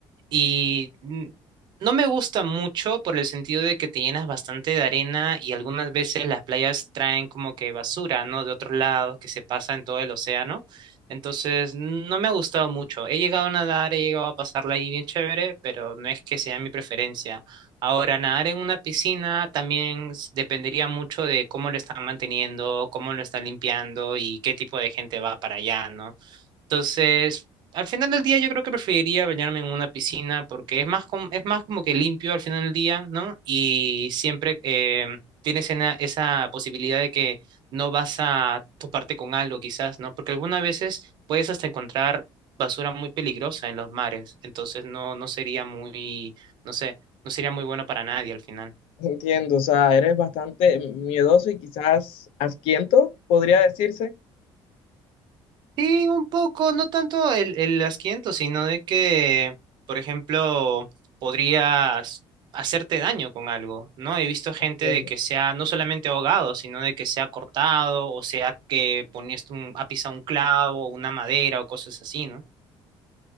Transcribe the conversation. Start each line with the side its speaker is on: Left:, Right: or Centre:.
Right: Y mm, no me gusta mucho por el sentido de que te llenas bastante de arena y algunas veces las playas traen como que basura, ¿no? De otros lados que se pasa en todo el océano. Entonces, no me ha gustado mucho. He llegado a nadar, he llegado a pasarla ahí bien chévere, pero no es que sea mi preferencia. Ahora, nadar en una piscina también s- dependería mucho de cómo lo están manteniendo, cómo lo están limpiando y qué tipo de gente va para allá, ¿no? Entonces, al final del día yo creo que preferiría bañarme en una piscina porque es más, com- es más como que limpio al final del día, ¿no? Y siempre em, tienes ena- esa posibilidad de que no vas a toparte con algo quizás, ¿no? Porque algunas veces puedes hasta encontrar basura muy peligrosa en los mares, entonces no, no sería muy, no sé, no sería muy bueno para nadie al final.
Left: Entiendo, o sea, eres bastante miedoso y quizás asquiento, podría decirse.
Right: Sí, un poco, no tanto el, el asquiento, sino de que, por ejemplo, podrías hacerte daño con algo, ¿no? He visto gente
Left: Bien.
Right: de que se ha no solamente ahogado, sino de que se ha cortado, o sea, que ponías un, ha pisado un clavo, una madera o cosas así, ¿no?